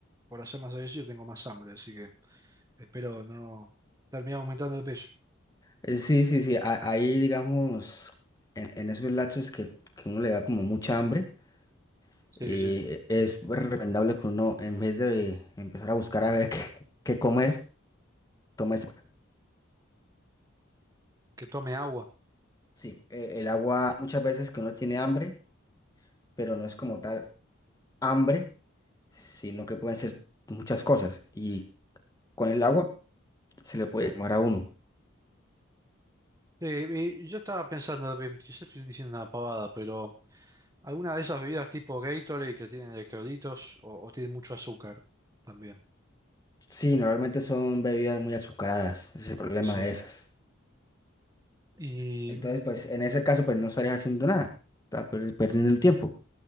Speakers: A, on the right (about 15°); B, on the left (about 20°).
A: por hacer más ejercicio tengo más hambre, así que espero no terminar aumentando de peso.
B: Eh, Sí, sí, sí, a- ahí digamos, en, en esos lapsos que, que uno le da como mucha hambre, eh,
A: Sí, sí,
B: es recomendable que uno en vez de empezar a buscar a ver <laughs> qué, qué comer, tome ese-
A: que tome agua.
B: Sí, eh, el agua muchas veces que uno tiene hambre, pero no es como tal hambre, sino que pueden ser muchas cosas y con el agua se le puede tomar a uno.
A: Sí, y yo estaba pensando, bien, quizás estoy diciendo una pavada, pero alguna de esas bebidas tipo Gatorade que tienen electrolitos o, o tienen mucho azúcar también.
B: Sí, normalmente son bebidas muy azucaradas, ese es el problema
A: Sí.
B: de esas.
A: Y
B: Entonces, pues en ese caso, pues no estarías haciendo nada, estás per- perdiendo el tiempo.